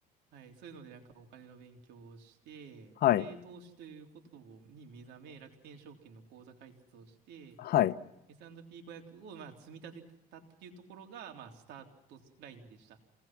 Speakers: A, on the right; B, on the left.
A: はい、そういうのでなんかお金の勉強をして、
B: はい。
A: で、投資ということに目覚め、楽天証券の口座開設をして、
B: はい。
A: S&P500 をまあ積み立ててたっていうところが、まあ、スタートラインでした。